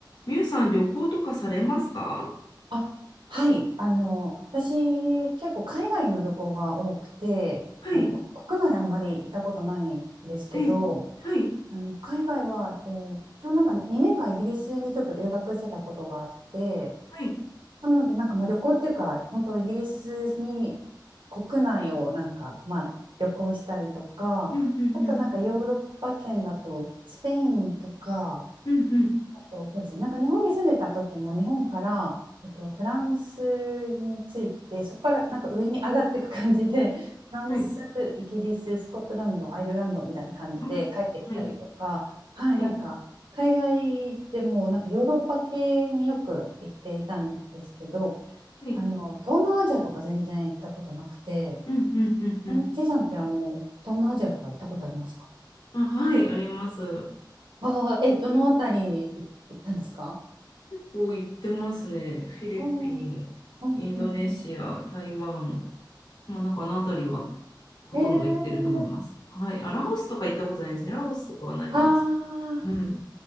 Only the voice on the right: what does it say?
あはい、あの私結構海外の旅行が多くてあのこ国内あんまり行ったことないんですけど
あの海外は、えっと、ちょうどなんか2年間イギリスにちょっと留学してたことがあって
なのでなんかまあ旅行っていうか本当イギリスに国内をなんかまあ旅行したりとかあとなんかヨーロッパ圏だとスペインとか
とそうですね、なんか日本に住んでた時も日本から、えっと、フランスについてそこからなんか上に上がっていく感じで <laughs> フランス、
イギリス、スコットランド、アイルランドみたいな感じで帰ってきたりとか、
はい、
なんか海外でもなんかヨーロッパ系によく行っていたんですけど
あの東南アジアとか全然行ったことなくて
ちなみにちいさんってあの東南アジアとか行ったことありますか
ああ、え、どのあたり行ったんですか
うんうんうんうん
えー、
あー、